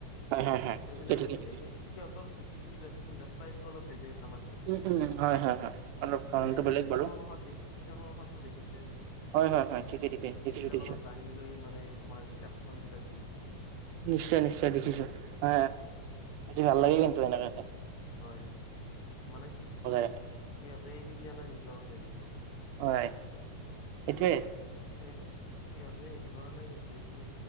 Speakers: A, on the right; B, on the left.
A: হয় হয় হয় হয় হয়
B: এইবিলাক
A: ঠিকে ঠিকে
B: পিন্ধে
A: ঠিকে
B: সিহঁতৰ পিন্ধা ষ্টাইটো অলপ বেলেগ। আমাৰ থাকি
A: উম। উম। হয়। হয়। অলপ ধৰণটো
B: মানে
A: বেলেগ
B: চিনেমা
A: বাৰু
B: মাহত দেখি, চিনেমা মাহতো দেখিছোই
A: হয় হয় হয় ঠিকে ঠিকে
B: ধুটি
A: দেখিছো
B: বিলাক
A: দেখিছো
B: অলপ দাঙি লৈ, মানে তোমাৰ যি একচন বিলাক দি
A: নিশ্চয়। নিশ্চয়। দেখিছো। হ ভাল
B: তেনেকুৱা
A: লাগে কিন্তু এনেকাকে।
B: হয়। মানে সি
A: ৰাখে
B: সিহঁতে এৰি দিয়া নাই নিজৰ হেৰিতটো।
A: হয়। সটোৱে।
B: এইটো, ইয়াতে হেৰি কৰা নাই কিন্তু এইটো